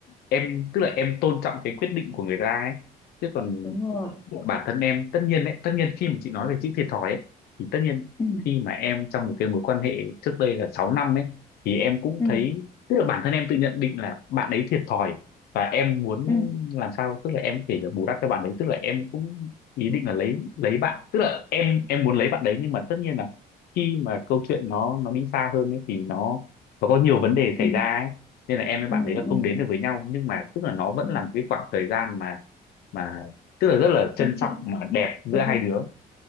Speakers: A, on the left (about 75°); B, on the left (about 20°).
A: em tức là em tôn trọng cái quyết định của người ta ấy chứ còn
B: đúng rồi
A: bản thân em tất nhiên đấy, tất nhiên khi mà chị nói về chữ thiệt thòi ấy thì tất nhiên
B: ừ
A: khi mà em trong một cái mối quan hệ trước đây là 6 năm ấy thì em cũng
B: ừ
A: thấy tức là bản thân em tự nhận định là bạn ấy thiệt thòi và em muốn
B: ừ
A: làm sao tức là em có thể là bù đắp cho bạn ấy tức là em cũng ý định là lấy lấy bạn tức là em em muốn lấy bạn đấy nhưng mà tất nhiên là khi mà câu chuyện nó nó đi xa hơn ấy thì nó nó có nhiều vấn đề
B: ừ
A: xảy ra ấy nên là em với
B: ừ
A: bạn đấy là không
B: ừ,
A: đến được với nhau nhưng mà tức là nó vẫn
B: ừ.
A: là một cái khoảng thời gian mà mà tức là rất là
B: em
A: trân trọng
B: trân
A: mà đẹp giữa
B: đúng
A: hai
B: rồi
A: đứa